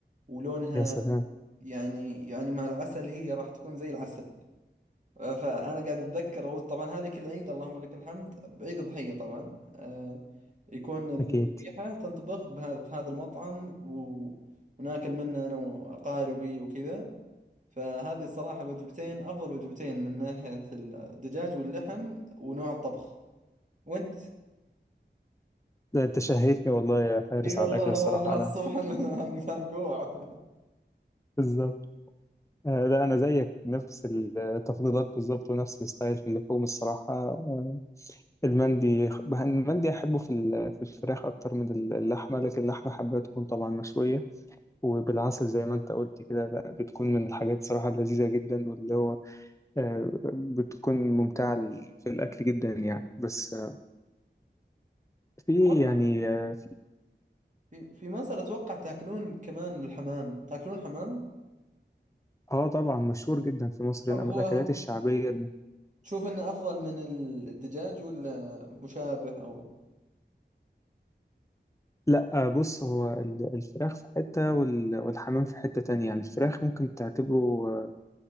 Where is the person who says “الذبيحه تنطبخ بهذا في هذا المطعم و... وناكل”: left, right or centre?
Right